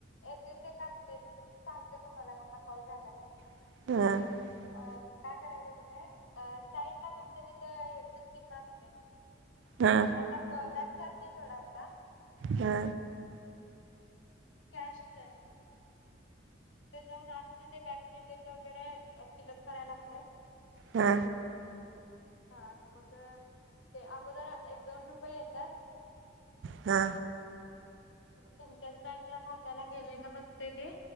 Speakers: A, on the left; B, on the right.
A: एस एस एक का असते तिथून सांगते तुम्हाला हा कॉल झाला क
B: ह
A: अ काय करायचं असतंय साईड ला तुमच्या तिथं हच चिन्ह असते
B: हा
A: आता बॅग जात नाही थोडा आता
B: हा
A: कॅश तर तर जाऊन आतमध्ये बँकेत तेल वगैरे अ फिलअप करायला लागतात
B: हा
A: हा मग ते अगोदर एक दोन रुपये येतात
B: हा
A: म तुमच्याच बँक ला खात्याला गेलेय का बघते ते